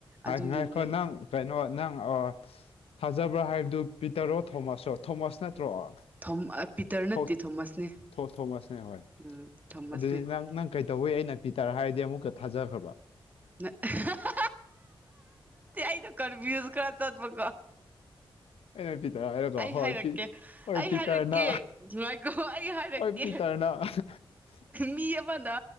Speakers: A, on the left; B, on the right.
A: ꯍꯥꯏ
B: ꯑꯗꯨꯒꯤꯅꯦ
A: ꯉꯥꯏꯈꯣ ꯅꯪ ꯀꯩꯅꯣ ꯅꯪ ꯊꯥꯖꯕ꯭ꯔꯥ ꯍꯥꯏꯕꯗꯨ ꯄꯤꯇꯔꯣ ꯊꯣꯃꯁꯔꯣ ꯊꯣꯃꯁ ꯅꯠꯇ꯭ꯔꯣ ꯑ
B: ꯊꯣꯝ ꯄꯤꯇꯔ ꯅꯠꯇꯦ
A: ꯊꯣ
B: ꯊꯣꯃꯁꯅꯦ
A: ꯊꯣ ꯊꯣꯃꯁꯅꯦ ꯍꯣꯏ
B: ꯎꯝ ꯊꯣꯃꯁꯅꯦ
A: ꯑꯗꯨꯗꯤ ꯅꯪ ꯅꯪ ꯀꯩꯗꯧꯋꯦ ꯑꯩꯅ ꯄꯤꯇꯔ ꯍꯥꯏꯔꯗꯤ ꯑꯃꯨꯛꯀ ꯊꯥꯖꯈ꯭ꯔꯕ
B: <unintelligible> ꯑꯩ ꯀꯟꯐ꯭ꯌꯨꯁ ꯈꯔꯥ ꯆꯠꯄꯥꯀꯣ
A: ꯑꯩꯅ ꯄꯤꯇꯔ ꯍꯥꯏꯔꯒ
B: ꯑꯩ
A: ꯍꯣꯏ
B: ꯍꯥꯏꯔꯛꯀꯦ
A: ꯄꯤ ꯍꯣꯏ
B: ꯑꯩ
A: ꯄꯤꯇꯔꯅ
B: ꯍꯥꯏꯔꯛꯀꯦ ꯉꯥꯏꯈꯣ ꯑꯩ ꯍꯥꯏꯔꯛꯀꯦ
A: ꯍꯣꯏ ꯄꯤꯇꯔꯅ <unintelligible>
B: ꯃꯤ ꯑꯃꯗ